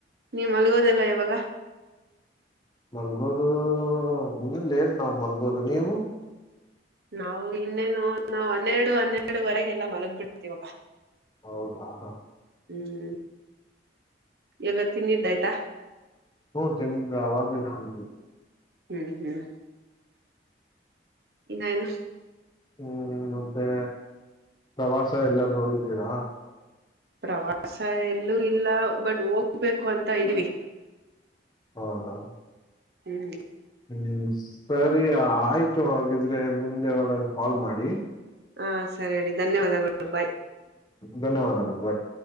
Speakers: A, on the right; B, on the left.
A: ನೀ ಮಲ್ಗೋದೆಲ್ಲ ಯಾವಾಗ
B: ಮಲ್ಬೋದು ಇನ್ನು ಲೇಟ್ ನಾವು ಮಲ್ಬೋದು ನೀವು
A: ನಾವು ಇನ್ನೇನು ನಾವ್ ಹನ್ನೆರಡು ಹನ್ನೆರಡುವರೆಗೆ ಎಲ್ಲ ಮಲಗ್ ಬಿಡ್ತೀವಪ್ಪ
B: ಹೌದಾ ಹ
A: ಹ್ಮ್ ಎಲ್ಲ ತಿಂತಿದು ಆಯ್ತ
B: ಹೂ ತಿಂದಿದು ಆವಾಗ್ಲೇ ತಿಂದ್ವಿ
A: ಹ್ಮ್ ಹ್ಮ್ ಇನ್ನೇನು
B: ಹ್ಮ್ ಮತ್ತೆ ಪ್ರವಾಸ ಎಲ್ಲಾದೂ ಹೋಗಿದ್ದೀರ
A: ಪ್ರವಾಸ ಎಲ್ಲೂ ಇಲ್ಲ ಬಟ್ ಹೋಗ್ಬೇಕು ಅಂತ ಇದೀವಿ
B: ಹೌದ
A: ಹ್ಮ್
B: ಹ್ಮ್ ಸರಿ ಆಯ್ತು ಇಷ್ಟ ಆಗಿದ್ರೆ ಮುಂದೆ ಅವಾಗ ಕಾಲ್ ಮಾಡಿ
A: ಹಾ ಸರಿಡ ಧನ್ಯವಾದಗಳು ಬಾಯ್
B: ಧನ್ಯವಾದಗಳು ಬಾಯ್